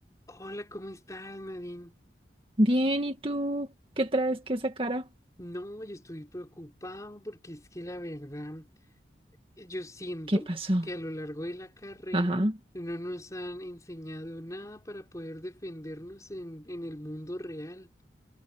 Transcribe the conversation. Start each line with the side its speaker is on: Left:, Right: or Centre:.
Left: Hola, ¿cómo estás, Nadine?
Right: Bien, ¿y tú qué traes que esa cara?
Left: No, yo estoy preocupado porque es que la verdad, eh, yo siento
Right: ¿Qué pasó?
Left: que a lo largo de la carrera
Right: Ajá.
Left: no nos han enseñado nada para poder defendernos en, en el mundo real.